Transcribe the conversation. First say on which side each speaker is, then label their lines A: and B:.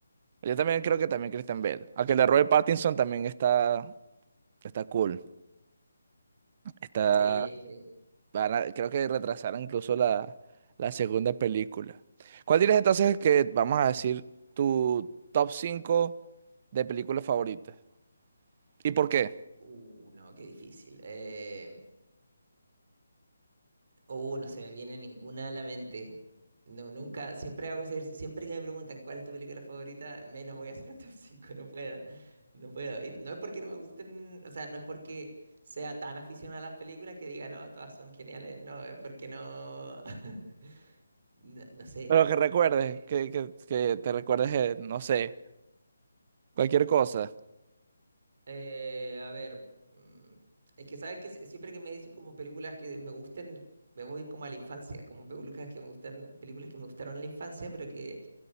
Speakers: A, on the right; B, on the right.
A: Yo también creo que también Christian Bale. Aunque el de Robert Pattinson también está, está cool. Está.
B: sí, sí.
A: Van a- creo que retrasaron incluso la, la segunda película. ¿Cuál dirías entonces que vamos a decir tu top 5 de películas favoritas? ¿Y por qué?
B: Uh, no, qué difícil. Eh, uh, no se me viene ninguna a la mente. No, nunca, siempre hago ese ejercicio. Siempre que me preguntan cuál es tu película favorita, menos voy a hacer un top 5. No puedo. No puedo. Y no es porque no me gusten, o sea, no es porque sea tan aficionado a las películas que diga, no, todas son geniales. No, es porque no. <laughs> No, no sé.
A: Pero que recuerdes, que, que- que te recuerdes, eh, no sé, cualquier cosa.
B: Eh, a ver, mm, es que sabes que si- siempre que me dicen como películas que me gusten, me voy como a la infancia, como películas que me gustan, películas que me gustaron en la infancia, pero que